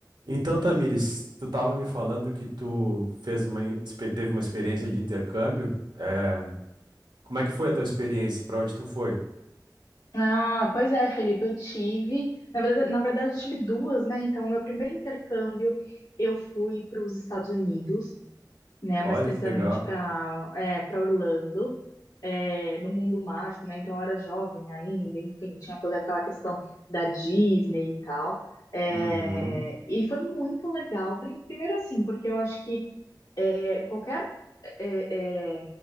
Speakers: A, on the right (about 80°); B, on the left (about 80°).
A: Então, Tamires, tu estava me falando que tu fez uma, in- expe- teve uma experiência de intercâmbio. É, como é que foi a tua experiência? Para onde tu foi?
B: Ah, pois é, Felipe, eu tive, na verdade, na verdade eu tive duas, né? Então, meu primeiro intercâmbio, eu fui para os Estados Unidos, né?
A: Olha
B: Mais precisamente
A: que legal.
B: para é, para Orlando, é, no mundo mágico, né? Então, eu era jovem ainda, enfim, tinha toda aquela questão da Disney e tal. É,
A: Uhum,
B: e foi muito legal, Pri- primeiro assim, porque eu acho que é, qualquer é, é,